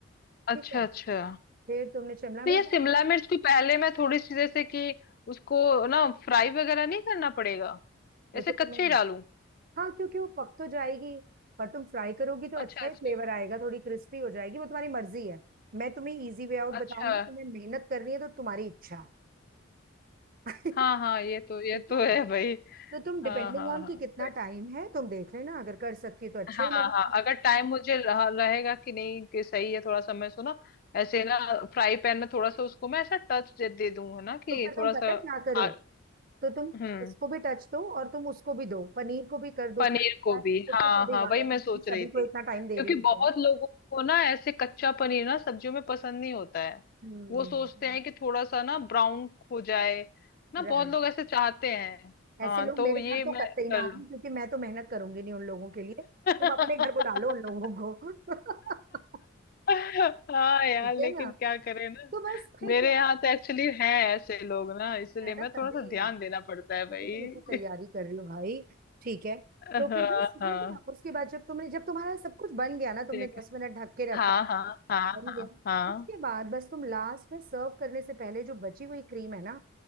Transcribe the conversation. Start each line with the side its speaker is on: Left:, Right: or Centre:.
Right: ठीक
Left: अच्छा
Right: है
Left: अच्छा
Right: फिर तुमने शिमला
Left: तो
Right: मिर्च
Left: ये
Right: डाल
Left: शिमला
Right: दी।
Left: मिर्च को पहले मैं थोड़ी सी जैसे कि उसको ना फ्राई वगैरह नहीं करना पड़ेगा
Right: देखो
Left: ऐसे
Right: तुम्हें
Left: कच्चे ही डालूं
Right: हाँ क्योंकि वो पक तो जाएगी पर तुम फ्राई करोगी तो अच्छा
Left: अच्छा अच्छा
Right: ही फ्लेवर आएगा थोड़ी क्रिस्पी हो जाएगी वो तुम्हारी मर्जी है मैं तुम्हें इजी वे आउट बताऊंगी
Left: अच्छा
Right: तुम्हें मेहनत करनी है तो तुम्हारी इच्छा <laughs>
Left: हाँ हाँ ये तो ये
Right: ठीक
Left: तो
Right: है
Left: है
Right: ना
Left: भाई
Right: तो तुम डिपेंडिंग
Left: हाँ हाँ
Right: ऑन
Left: हाँ
Right: कि कितना
Left: सही।
Right: टाइम है तुम देख लेना अगर कर सकती हो तो अच्छा
Left: हाँ
Right: ही लगेगा
Left: हाँ अगर टाइम मुझे रह, रहेगा कि नहीं कि सही है थोड़ा सा मैं सो ना ऐसे ना फ्राई पैन में थोड़ा सा उसको मैं ऐसा टच दे, दे दूं है ना कि
Right: तो फिर
Left: थोड़ा
Right: तुम पता
Left: सा
Right: है क्या करो
Left: आ-
Right: तो तुम
Left: हम्म
Right: इसको भी टच दो और तुम उसको भी दो पनीर को भी कर दो
Left: पनीर
Right: फिर पता
Left: को
Right: है,
Left: भी
Right: उसमें
Left: हाँ
Right: क्या बिगाड़ा
Left: हाँ वही
Right: है
Left: मैं
Right: जब तुम
Left: सोच
Right: सभी
Left: रही थी
Right: को इतना टाइम दे
Left: क्योंकि
Right: रही हो तो
Left: बहुत लोगों को ना ऐसे कच्चा पनीर ना सब्जियों में पसंद नहीं होता है
Right: हम्म
Left: वो सोचते हैं कि थोड़ा सा ना ब्राउन हो जाए ना
Right: राइट
Left: बहुत लोग ऐसे चाहते हैं हाँ
Right: ऐसे लोग
Left: तो
Right: मेरे
Left: ये
Right: घर तो
Left: मैं
Right: कतई ना
Left: कर लूं
Right: आए क्योंकि मैं तो मेहनत करूंगी नहीं उन लोगों के लिए तुम
Left: <laughs>
Right: अपने घर बुला लो उन लोगों को <laughs>
Left: हाँ यार
Right: ठीक
Left: लेकिन
Right: है ना
Left: क्या करें ना
Right: तो बस फिर
Left: मेरे
Right: क्या
Left: यहाँ
Right: है
Left: तो एक्चुअली हैं ऐसे लोग ना इसलिए
Right: है
Left: मैं
Right: ना तभी
Left: थोड़ा सा ध्यान देना पड़ता है भाई
Right: तभी तुम इतनी तैयारी कर रही हो भाई ठीक है
Left: हाँ
Right: तो फिर बस
Left: हाँ
Right: हो गया उसके बाद जब तुमने जब तुम्हारा सब कुछ बन गया ना तुमने
Left: ठीक
Right: दस
Left: है
Right: मिनट ढक के रखा
Left: हाँ हाँ हाँ
Right: बन
Left: हाँ
Right: गया
Left: हाँ
Right: उसके बाद बस तुम लास्ट में सर्व करने से पहले जो बची हुई क्रीम है ना